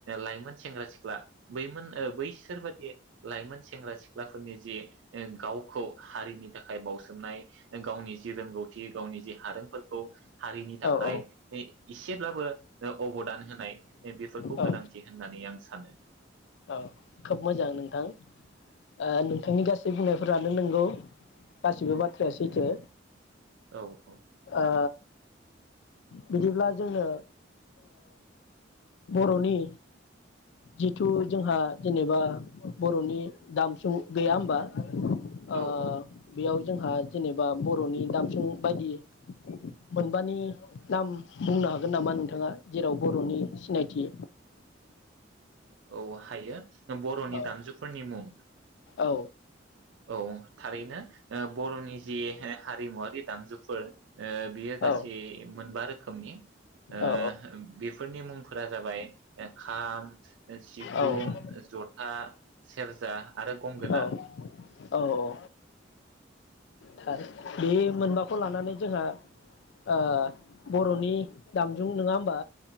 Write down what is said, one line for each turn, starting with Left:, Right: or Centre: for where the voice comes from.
Right: लाइमोन सेंग्रा सिख्ला बैमोन ओ बैसोरबादि लाइमोन सेंग्रा सिख्लाफोरनि जि ओ गावखौ हारिनि था खाय बावसोमनाय गावनि जि रोंगौथि गावनि जि हारोंफोरखौ हारिनि थाखाय
Left: औ
Right: एसेब्लाबो अबदान होनाय बेफोरखौ
Left: औ
Right: गोनांथि होननानै आं सानो।
Left: औ खोब मोजां नोंथां। ओ नोंथांनि गासै बुंनाय फोरानो नंगौ गासिबो बाथ्राया सैथो।
Right: औ औ।
Left: ओ बिदिब्ला जोङो बरनि जि थु जोंहा जेनेबा बरनि दामजुं गैया होमबा? ओ
Right: औ औ
Left: बेयाव जोंहा जेनेबा बरनि दामसुं बायदि मोनबानि नाम बुंनो हागोन नामा नोंथाङा जेराव बरनि सिनायथि
Right: औ हायो बरनि
Left: औ
Right: दामजुफोरनि मुं।
Left: औ
Right: औ थारैनो ओ बर'नि जि हारिमुवारि दामजुफोर ओ बियो गासै
Left: औ
Right: मोनबा रोखोमनि ओ
Left: औ
Right: बेफोरनि मुंफोरा जाबाय- खाम सिफुं
Left: औ
Right: ओ जथा आ सेरजा आरो गंगोना
Left: औ औ औ। थार बे मोनबाखौ लानानै जोंहा ओ बरनि दामजुं नङा होमबा?